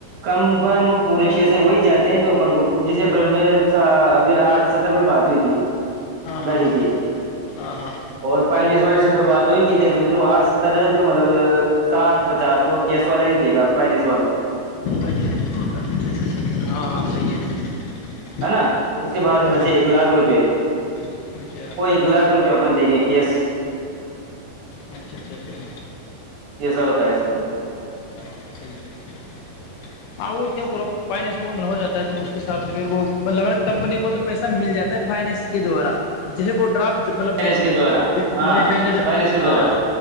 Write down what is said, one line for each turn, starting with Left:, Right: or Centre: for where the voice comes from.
Right: کم وہ پورے پیسے وہی جاتے ہیں جو اپن کو جسے ابھی آٹھ ستر پے بات ہوئی تھی
Left: ہاں ہاں
Right: گاڑی
Left: ہاں
Right: کے
Left: ہاں ہاں ہاں
Right: اور پائنیس والی جے تو بات وہی کی تھی اپ نے تو آٹھ ستر جو مطلب سات پچاس تو کیس والے ہی دے گا فائننس
Left: اچھا اچھا فوٹ ہاں ہاں صحیح ہے <unintelligible> <inaudible>
Right: ہے نا اس کے بعد
Left: ہاں
Right: بچے ایک لاکھ روپئے
Left: اچھا
Right: وہ ایک لاکھ روپئے اپن دیں گے کیش
Left: اچھا اچھا
Right: یہ سب ہوتا ہے اس میں
Left: ہاں صحیح ہے ہاں وہ کیا پورا فائننس وہ مطلب ہو جاتا ہے تو اس کے حساب سے وہ مطلب کمپنی کو تو پیسہ مل جاتا ہے فائننس کے دوارا جیسے <inaudible> پر آپ جب مطلب بینک
Right: فائنس کے دوارا
Left: دی
Right: ہاں
Left: مطلب بینک کا جو
Right: فائنس کے
Left: ہاں
Right: دوارا